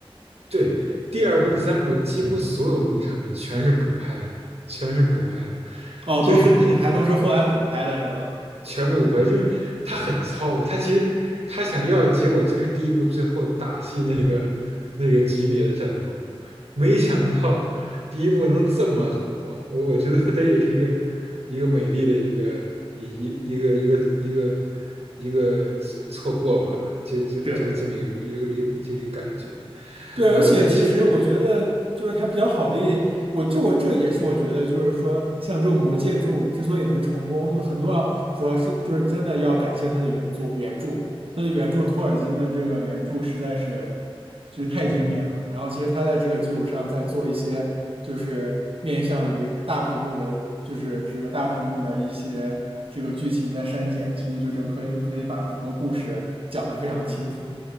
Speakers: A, on the right; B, on the right.
A: 对，第二部、第三部几乎所有名的场面全是补拍的，全是补拍的，
B: 哦，
A: 就是你
B: 都是补拍，都是后来补拍的是吗？
A: 全部补拍，因为他很糙，他其实他想要的结果就是第一部最后打戏那个那个级别的战斗，没想到第一部能这么火，我我觉得他也是一个一个美丽的一个一一一个一个一个一个错过吧，就就就是这么一个一个一就一个感觉，
B: <laughs> 对。对，
A: 呃，
B: 而且其实我觉得，
A: 但其实
B: 就是它比较好的一点，我这我这也是我觉得，就是说像这种魔戒这种之所以能成功，有很多要主要是就是真的要感谢它的原作原著，它的原著托尔金的这个原著实在是就是太经典了。然后其实他在这个基础上再做一些就是面向于大屏幕的，就是这个大屏幕的一些这个剧情的删减，其实就整可以可以把整个故事讲得非常清楚。